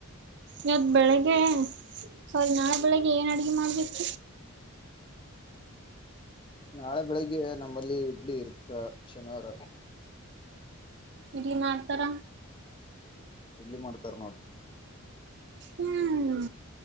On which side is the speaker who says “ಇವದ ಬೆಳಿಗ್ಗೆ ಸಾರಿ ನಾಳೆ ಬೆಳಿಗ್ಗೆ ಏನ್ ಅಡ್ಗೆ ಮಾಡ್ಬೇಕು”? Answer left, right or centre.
Right